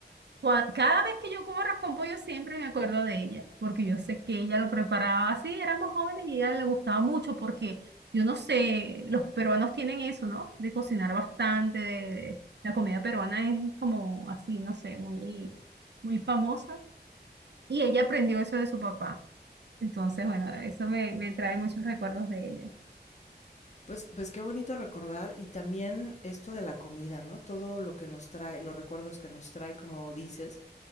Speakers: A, on the right (about 75°); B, on the left (about 40°).
A: Cua- Cada vez que yo como arroz con pollo siempre me acuerdo de ella, porque yo sé que ella lo preparaba así, éramos jóvenes y a ella le gustaba mucho porque yo no sé, los peruanos tienen eso, ¿no? De cocinar bastante, de- la comida peruana es como así, no sé, muy, muy famosa y ella aprendió eso de su papá. Entonces, bueno, eso me, me trae muchos recuerdos de ella.
B: Pues, pues qué bonito recordar y también esto de la comida, ¿no? Todo lo que nos trae, los recuerdos que nos trae, como dices,